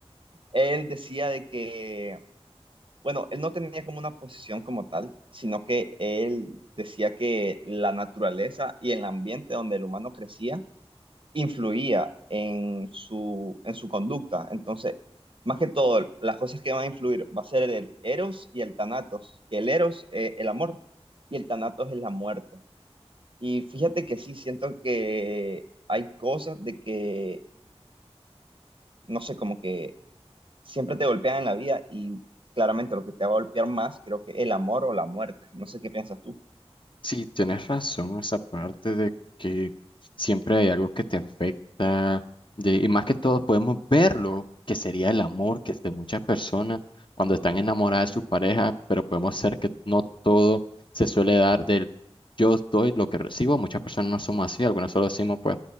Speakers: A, on the right; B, on the left.
A: Él decía de que, bueno, él no tenía como una posición como tal, sino que él decía que la naturaleza y el ambiente donde el humano crecía influía en su, en su conducta. Entonces, más que todo, las cosas que van a influir va a ser el Eros y el Thanatos, que el Eros es el amor y el Thanatos es la muerte. Y fíjate que sí, siento que hay cosas de que, no sé, como que siempre te golpean en la vida y claramente lo que te va a golpear más, creo que el amor o la muerte. No sé qué piensas tú.
B: Sí, tienes razón, esa parte de que siempre hay algo que te afecta, de, y más que todo podemos verlo, que sería el amor, que es de muchas personas cuando están enamoradas de su pareja, pero podemos ser que no todo se suele dar del yo doy lo que recibo, muchas personas no somos así, algunas solo decimos pues